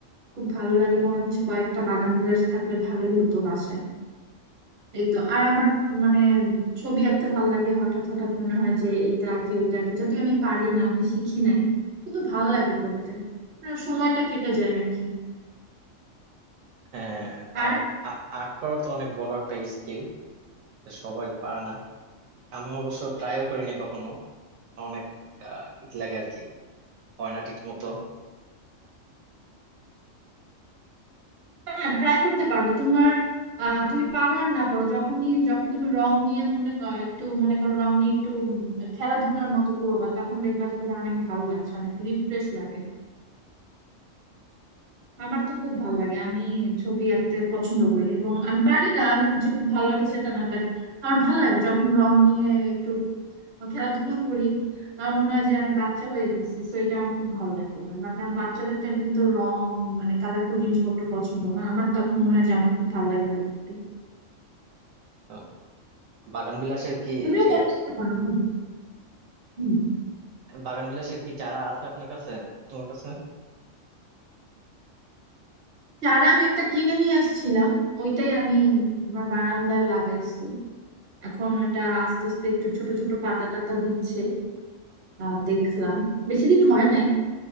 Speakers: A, on the right; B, on the right.
A: খুব ভালো লাগে মনে হচ্ছে কয়েকটা বাগান বিলাস থাকলে ভালোই হতো বাসায় এই তো আর আমার মানে ছবি আঁকতে ভাল লাগে হঠাৎ হঠাৎ মনে হয় যে এইটা কি ওইটা কি যদিও আমি পারি না আমি শিখি নাই কিন্তু ভাল লাগে করতে না, সময়টা কেটে যায় আর কি
B: হ্যাঁ
A: আর
B: আর্ট আর্ট করা তো অনেক বড় একটা স্কিল সবাই পারে না আমি অবশ্য ট্রাইও করিনি কখনো অনেক আহ, ই লাগে আর কি হয় না ঠিক মতো
A: না ট্রাই করতে পারো তোমার আহ তুমি পারো আর না পারো যখন নিয়ে- যখন তুমি রং নিয়ে মনে ক- একটু মনে করো রং নিয়ে একটু উম, খেলাধুলার মতো করবা তখন দেখবা যে তোমার অনেক ভালো লাগছে অনেক রিফ্রেশ লাগে আমার তো খুব ভালো লাগে আমি ছবি আঁকতে পছন্দ করি এবং আমি পারি না আমি যে খুব ভালো আঁকি সেটা না বাট আমার ভালো লাগে যখন রং নিয়ে একটু খেলাধুলা করি আমার মনে হয় যে আমি বাচ্চা হয়ে গেছি তো এটা আমার খুব ভালো লাগে আমার কারণ বাচ্চাদের তো এমনি তো রং মানে কালারফুল জিনিসপত্র পছন্দ না আমার তখন মনে হয় যে আমার খুব ভালো লাগে ব্যাপারটা
B: আহ, বাগান বিলাসের কি
A: তুমিও
B: এই যে
A: করে দেখতে পারো হুম হুম।
B: বাগান বিলাসের কি চারা আছে আপনার কাছে তোমার কাছে
A: চারা আমি একটা কিনে নিয়ে আসছিলাম ওইটাই আমি আমার বারান্দায় লাগাইছি এখন এটা আস্তে আস্তে একটু ছোট ছোট পাতা টাতা দিচ্ছে আহ, দেখলাম বেশি দিন হয় নাই